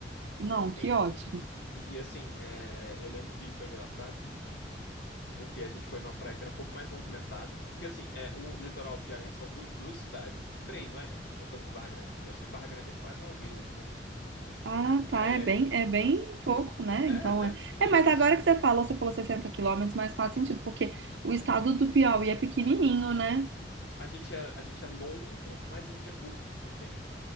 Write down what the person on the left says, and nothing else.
Tem...
E, e assim, eh, eu lembro que foi engraçado. Porque a gente foi numa praia que era um pouco mais movimentada. Porque, assim, é, o litoral piauiense são du- duas cidades. Três, vai. Contando com Barra Grande. Eu acho que Barra Grande é quase uma vila, entende?
Aí
é,
é,
né?
Pequeniníssimo.
A gente é, a gente é longo, mas a gente é curto, entende?